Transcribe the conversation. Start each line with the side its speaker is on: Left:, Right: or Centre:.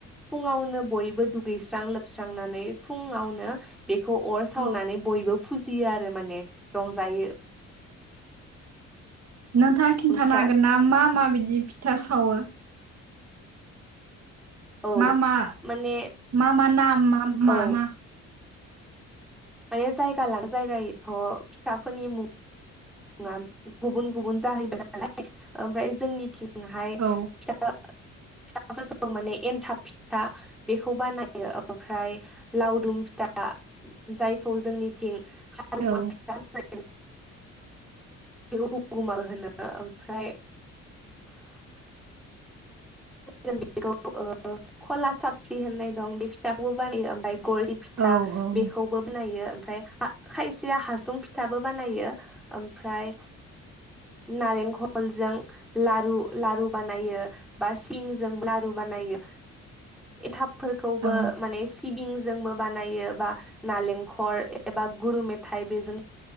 Centre: फुङावनो बयबो दुगैस्रां लोबस्रांनानै फुङावनो बेखौ अर सावनानै
Right: औ
Centre: बयबो फुजियो आरो माने रंजायो
Right: नोंथाङा खिन्थानो
Centre: ओमफ्राय
Right: हागोन ना मा मा बिदि फिथा सावो?
Centre: औ
Right: मामा
Centre: माने
Right: मामा नाम मा मा
Centre: औ
Right: मा
Centre: माने जायगा लानो जायगायैथ' फिथाफोरनि मुं ङा गुबुन गुबुन जाहैबाय नालाय ओमफ्राय जोंनिथिं हाय
Right: औ
Centre: फिथाफोरखौ माने एन्थाब फिथा बेखौ बानायो ओमफ्राय लावदुम फिथा जायखौ जोंनिथिं हालुवा
Right: औ
Centre: फिथा होननानै हुगुमा होनो ओमफ्राय <inaudible> बेखौ खला साबि होननाय दं बे फिथाखौबो बानायो ओमफ्राय गरसि फिथा
Right: औ औ औ
Centre: बेखौबो बनायो ओमफ्राय खायसेया हासुं फिथाबो बानायो ओमफ्राय नारेंखलजों लारु लारु बानायो बा सिंजों लारु बानायो एनथाबफोरखौबो
Right: औ
Centre: माने सिबिं जोंबो बानायो बा नालेंखर एबा गुरु मेथाइ बेजों